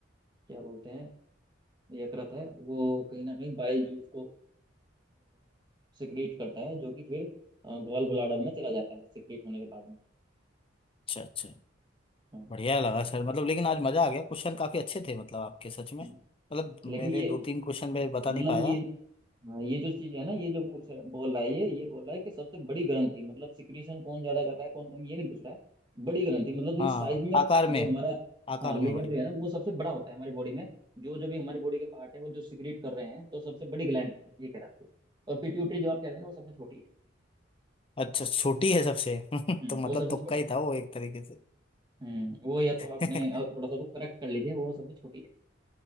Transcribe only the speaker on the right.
क्या बोलते हैं यकृत है वो कहीं ना कहीं बाइल जूस को सिक्रीट करता है जो कि फिर गॉल ब्लाडर में चला जाता है सिक्रीट होने के बाद में
हाँ
हम्म।
लेकिन ये
मतलब
ये हाँ ये जो चीज है ना ये जो पूछ रहा- बोल रहा है ये ये बोल रहा है कि सबसे बड़ी ग्रंथि मतलब सिक्रीशन कौन ज्यादा कर रहा है कौन कम ये नहीं पूछ रहा है बड़ी ग्रंथि मतलब इस
साइज में
जो हमारा
हाँ लीवर
जो है ना वो सबसे बड़ा होता है हमारी बॉडी में जो जो भी हमारी बॉडी के पार्ट है वो जो सिक्रीट कर रहे हैं तो सबसे बड़ी ग्लैंड ये कहलाती है और पिट्यूटरी जो आप कह रहे हैं ना वो सबसे छोटी है
हम्म,
वो सबसे
छोटी
है
हम्म वो या तो आपने
अ, थोड़ा सा तो करेक्ट कर लीजिए वो सबसे छोटी है